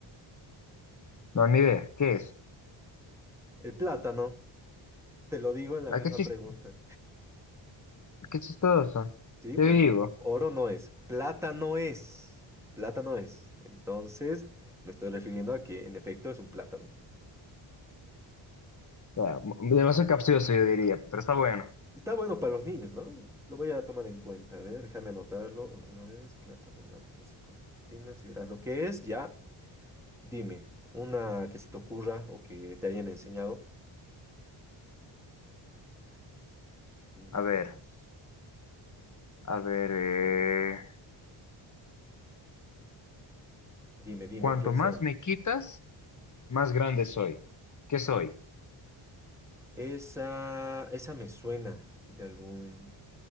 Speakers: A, on the left; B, in the centre.
A: No, ni idea. ¿Qué es?
B: El plátano, te lo digo en la
A: Ah,
B: misma
A: qué chis-
B: pregunta.
A: qué chistoso.
B: Sí,
A: Qué
B: pues,
A: vivo.
B: oro no es, plata no es. Plátano es. Entonces, me estoy refiriendo a que en efecto es un plátano.
A: O sea, m- demasiado capcioso, yo diría, pero está bueno.
B: Está bueno para los niños, ¿no? Lo voy a tomar en cuenta. A ver, déjame anotarlo. No es plátano, no abre las cortinas y verás lo que es. Ya, dime, una que se te ocurra o que te hayan enseñado.
A: A
B: Nicolás.
A: ver, a ver. eh,
B: Dime, dime,
A: Cuanto
B: piensa
A: más
B: una.
A: me quitas, más grande soy. ¿Qué soy?
B: Esa, esa me suena de algún